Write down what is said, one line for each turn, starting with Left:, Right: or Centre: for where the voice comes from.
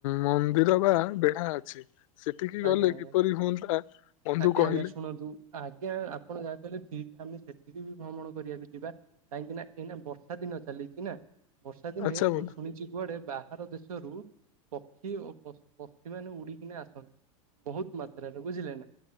Left: ମନ୍ଦିର ବା ବେଢା ଅଛି। ସେଠିକି ଗଲେ
Right: ଆଜ୍ଞା ଆଜ୍ଞା
Left: କିପରି ହୁଅନ୍ତା ବନ୍ଧୁ
Right: ଆଜ୍ଞା
Left: କହିଲେ
Right: ଆଜ୍ଞା ଶୁଣନ୍ତୁ ଆଜ୍ଞା ଆପଣ ଯା କହିଲେ ଠିକ ଆମେ ସେତିକି ବି ଭ୍ରମଣ କରିବାକୁ ଯିବା, କାହିଁକି ନା ଏଇନା ବର୍ଷା ଦିନ ଚାଲିଛି ନା। ବର୍ଷା ଦିନେ
Left: ଆଚ୍ଛା ବନ୍ଧୁ
Right: ମୁଁ ଶୁଣିଛି କୁଆଡେ ବାହାର ଦେଶରୁ। ପକ୍ଷୀ ଓ ପକ୍ଷୀ ମାନେ ଉଡିକିନା ଆସନ୍ତି ବହୁତ ମାତ୍ରାରେ ବୁଝିଲେ ନା।